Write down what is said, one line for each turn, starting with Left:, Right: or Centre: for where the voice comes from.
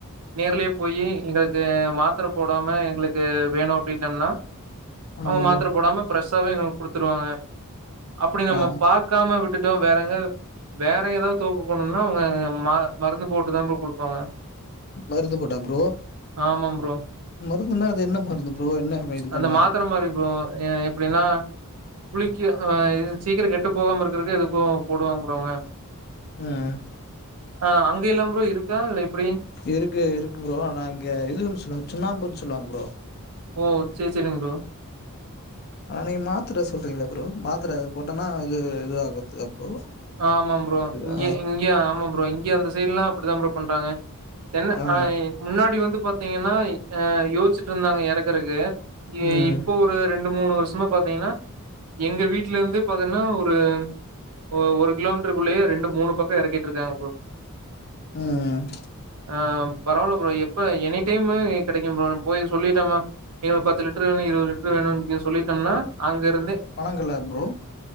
Right: நேர்ல போயி எங்களுக்கு மாத்திர போடாம எங்களுக்கு வேணு அப்டின்னம்னா
Left: ஆமா
Right: அவங்க
Left: ப்ரோ
Right: மாத்தர போடாம ப்ரஷ்ஷாவே எங்களுக்கு குடுத்துருவாங்க அப்படி நம்ம
Left: ஆ
Right: பாக்காம விட்டுட்டோ வேறங்க வேற ஏதாவது தோப்பு போணும்னா அவங்க ம மருந்து போட்டு தா ப்ரோ குடுப்பாங்க
Left: மருந்து போட்டா ப்ரோ
Right: ஆமா ப்ரோ
Left: மருந்துனா அது என்ன மருந்து ப்ரோ என்ன இது
Right: அந்த
Left: பண்ணுவாங்க
Right: மாத்தர மாரி ப்ரோ எ எப்படின்னா புளிக்கு ஆ இது சீக்கிர கெட்டு போகாம இருக்கறக்கு இதுக்கோ போடுவாங்க ப்ரோ அவங்க
Left: ம்
Right: ஆ அங்க இல்லாம் ப்ரோ இருக்கா இல்ல எப்டி
Left: இருக்கு இருக்கு ப்ரோ ஆனா இங்க இதுன்னு சொல்லுவ சுண்ணாம்புன்னு சொல்லுவாங்க ப்ரோ
Right: ஓ சேரி சேரிங்க ப்ரோ
Left: ஆ நீங்க மாத்தர சொல்றீங்களா ப்ரோ மாத்தர அது போட்டம்னா இது இது ஆகுது ப்ரோ
Right: ஆமா ப்ரோ இங்க
Left: ஆ
Right: இங்கய ஆமாம் ப்ரோ இங்க அந்த சைடுல்லா அப்படிதா ப்ரோ பண்றாங்க என்ன
Left: ஆ
Right: ஆய் முன்னாடி வந்து பாத்தீங்கன்னா அ யோசிச்சுட்ருந்தாங்க எறக்குறக்கு எ
Left: ம்
Right: இப்போ ஒரு ரெண்டு மூணு வருஷமா பாத்தீங்கன்னா எங்க வீட்ல இருந்து பாத்தீங்கன்னா ஒரு ஓ ஒரு கிலோமீட்டருக்குள்ளயே ரெண்டு மூணு பக்க எறக்கிட்ருக்காங் ப்ரோ
Left: ம்
Right: ஆ பரவால்ல ப்ரோ எப்ப எனி டைமு கெடைக்கு ப்ரோ போய் சொல்லிட்டாம எங்களுக்கு பத்து லிட்டர் வேணு இருவது லிட்டரு வேணு சொல்லிட்டோம்னா அங்கிருந்தே
Left: பனங்கல்லா ப்ரோ